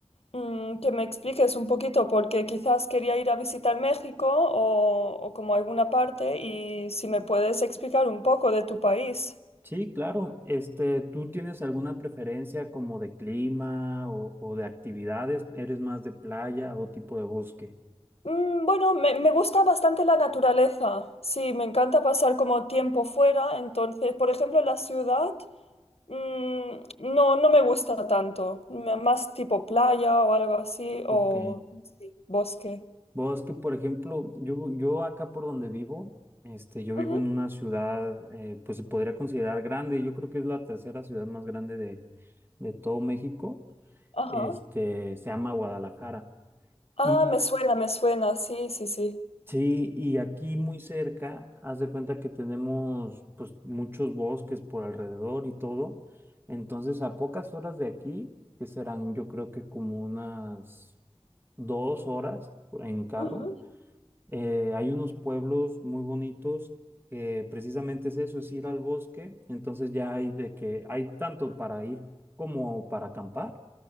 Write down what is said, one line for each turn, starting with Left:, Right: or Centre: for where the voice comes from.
Left: mm, que me expliques un poquito, porque quizás quería ir a visitar México o, o como alguna parte y si me puedes explicar un poco de tu país.
Right: Sí, claro. Este, ¿tú tienes alguna preferencia como de clima o, o de actividades? ¿Eres más de playa o tipo de bosque?
Left: Mm, Bueno, me, me gusta bastante la naturaleza. Sí, me encanta pasar como tiempo fuera. Entonces, por ejemplo, la ciudad, mm, no, no me gusta tanto. Me- Más tipo playa o algo así, o
Right: Ok.
Left: sí, bosque.
Right: Bosque, por ejemplo, yo, yo acá por donde vivo, este, yo
Left: Ujú,
Right: vivo en una ciudad, eh, pues se podría considerar grande. Yo creo que es la tercera ciudad más grande de, de todo México.
Left: Ajá.
Right: Este, se llama Guadalajara.
Left: Ah,
Right: Y
Left: me suena, me suena. Sí, sí, sí.
Right: sí, y aquí muy cerca, haz de cuenta que tenemos pues muchos bosques por alrededor y todo. Entonces, a pocas horas de aquí, que serán yo creo que como unas dos horas en carro,
Left: Ujú.
Right: eh, hay unos pueblos muy bonitos que precisamente es eso, es ir al bosque. Entonces ya hay de que hay tanto para ir como para acampar